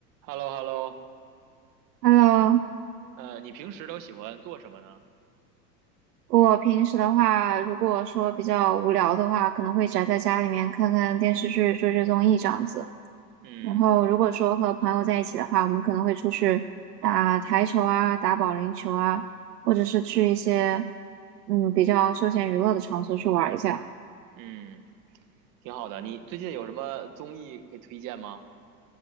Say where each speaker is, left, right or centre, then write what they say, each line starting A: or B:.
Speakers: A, on the right; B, on the right.
A: h e l l o h e l l o
B: Hello，
A: 呃，你平时都喜欢做什么呢？
B: 我平时的话，如果说比较无聊的话，可能会宅在家里面看看电视剧、追追综艺这样子。
A: 嗯
B: 然后，如果说和朋友在一起的话，我们可能会出去打台球啊、打保龄球啊，或者是去一些嗯比较休闲娱乐的场所去玩一下。
A: 嗯，挺好的。你最近有什么综艺可以推荐吗？